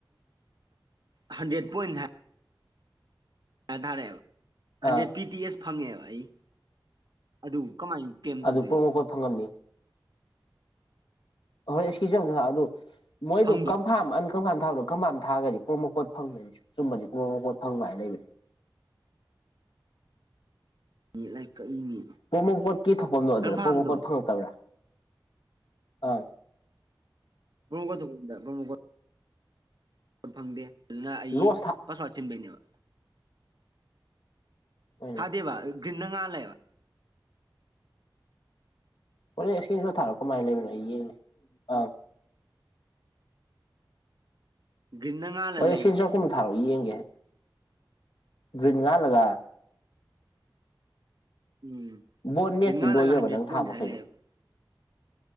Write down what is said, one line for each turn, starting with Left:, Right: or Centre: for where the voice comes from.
Right: ꯍꯟꯗ꯭ꯔꯦꯠ ꯄꯣꯏꯟꯁ ꯍꯥꯏ ꯌꯥ ꯊꯥꯔꯛꯑꯦꯕ ꯍꯟꯗ꯭ꯔꯦꯠ
Left: ꯑꯥ
Right: ꯄꯤ ꯇꯤ ꯑꯦꯁ ꯐꯪꯉꯦꯕ ꯑꯩ ꯑꯗꯨ ꯀꯃꯥꯏ ꯀꯂꯦꯝ ꯇꯧꯗꯣꯏꯅꯣ
Left: ꯑꯗꯨ ꯄ꯭ꯔꯣꯃꯣꯀꯣꯠ ꯐꯪꯉꯝꯅꯤ <unintelligible>
Right: ꯐꯪꯕꯅꯤ
Left: ꯀꯝꯐꯥꯝ ꯊꯥꯕꯗꯣ ꯀꯝꯐꯥꯝ ꯊꯥꯒ꯭ꯔꯗꯤ ꯄꯣꯃꯣ ꯀꯣꯠ ꯐꯪꯗꯣꯏꯅꯦ ꯆꯨꯝꯃꯗꯤ ꯄꯣꯃꯣ ꯀꯣꯠ ꯐꯪꯉꯣꯏ ꯍꯥꯏ ꯂꯩꯕꯅꯦ <inaudible>
Right: ꯂꯥꯏꯔꯤꯛ ꯀꯛꯏꯅꯤ
Left: ꯄ꯭ꯔꯣꯃꯣꯀꯣꯠꯀꯤ ꯊꯣꯛꯐꯝꯗꯣ ꯑꯗꯨꯗ
Right: ꯀꯟꯐꯥꯔꯝꯗꯣ
Left: ꯄ꯭ꯔꯣꯃꯣꯀꯣꯠ ꯐꯪꯉꯛꯇꯕ꯭ꯔꯥ ꯑꯥ
Right: <unintelligible> ꯐꯪꯗꯦ ꯑꯗꯨꯅ ꯑꯩ
Left: ꯂꯣꯁ ꯊꯥ
Right: ꯄꯥꯁꯋꯥꯠ ꯁꯤꯟꯕꯩꯅꯦꯕ
Left: ꯍꯣꯏꯅꯦ
Right: ꯊꯥꯗꯦꯕ ꯒ꯭ꯔꯤꯟꯅ ꯉꯥꯜꯂꯦꯕ
Left: ꯍꯣꯔꯦꯜ ꯢꯁꯀꯤꯜ ꯁꯣꯠ ꯊꯥꯔꯛꯑꯣ ꯀꯃꯥꯢ ꯂꯩꯕꯅꯣ ꯑꯩ ꯌꯦꯡꯒꯦ ꯑ
Right: ꯒ꯭ꯔꯤꯟꯅ ꯉꯥꯜꯂ
Left: ꯍꯧꯔꯦꯟ
Right: ꯂꯩꯌꯦꯕ
Left: ꯏꯁꯀ꯭ꯔꯤꯟꯁꯣꯠ ꯀꯨꯝꯕ ꯊꯥꯔꯛꯑꯣ ꯌꯦꯡꯒꯦ ꯒ꯭ꯔꯤꯟ ꯉꯥꯜꯂꯒ
Right: ꯎꯝ
Left: ꯕꯣꯟ ꯃꯦꯁꯇꯤ
Right: ꯒ꯭ꯔꯤꯟ ꯉꯥꯜꯂꯒ
Left: ꯂꯣꯏꯈ꯭ꯔꯕ
Right: ꯍꯟꯗ꯭ꯔꯦꯠ
Left: ꯅꯪ
Right: ꯄꯣꯏꯟ
Left: ꯊꯥ ꯃꯈꯩꯗꯣ
Right: ꯍꯥꯏ ꯂꯩꯌꯦꯕ